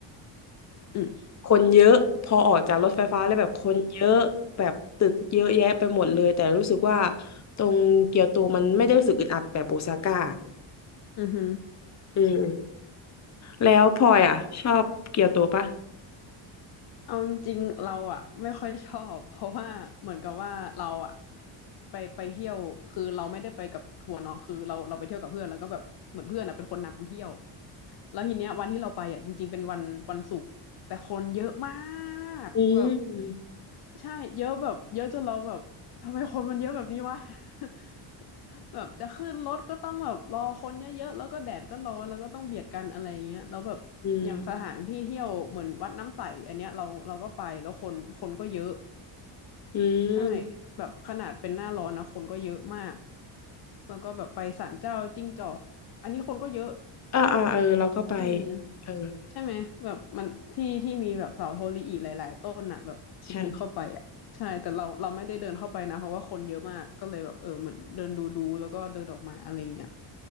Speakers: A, on the left (about 50°); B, on the left (about 35°).
A: ืม
B: คนเยอะพอออกจากรถไฟฟ้าแล้วแบบคนเยอะแบบตึกเยอะแยะไปหมดเลยแต่รู้สึกว่าตรงเกียวโตมันไม่ได้รู้สึกอึดอัดแบบโอซาก้า
A: อือห
B: อืมแล้วพลอยอ่ะชอบเกียวโตปะ
A: เอาจริงๆเราอ่ะไม่ค่อยชอบ เพราะว่าเหมือนกับว่าเราอ่ะไปไปเที่ยวคือเราไม่ได้ไปกับทัวร์เนาะคือเราเราไปเที่ยวกับเพื่อนแล้วก็แบบเหมือนเพื่อนอ่ะเป็นคนนำเที่ยวแล้วทีเนี้ยวันที่เราไปอ่ะจริงๆเป็นวันวันศุกร์แต่คนเยอะมากแบบ
B: อืมอืม
A: ใช่เยอะแบบเยอะจนเราแบบทำไมคนมันเยอะแบบนี้วะ <laughs> แบบจะขึ้นรถก็ต้องแบบรอคนเยอะๆแล้วก็แดดก็ร้อนแล้วก็ต้องเบียดกันอะไรอย่างเงี้ยแล้วแบบอย่างสถานที่เที่ยวเหมือนวัดน้ำใสอันเนี้ยเราเราก็ไปแล้วคนคนก็เยอะ
B: อืมอืม
A: ใช่แบบขนาดเป็นหน้าร้อนนะคนก็เยอะมากแล้วก็แบบไปศาลเจ้าจิ้งจอกอันนี้คนก็เยอะ
B: อ่าอ่าเออเราก็ไป
A: อืม
B: เออ
A: ใช่ไหมแบบมันที่ที่มีแบบเสาโทริอิหลายๆต้นอ่ะแบบลึกๆเข้าไปอ่ะใช่แต่เราเราไม่ได้เดินเข้าไปนะเพราะว่าคนเยอะมากก็เลยแบบเออเหมือนเดินดูดูแล้วก็เดินออกมาอะไรอย่างเงี้ย
B: ใช่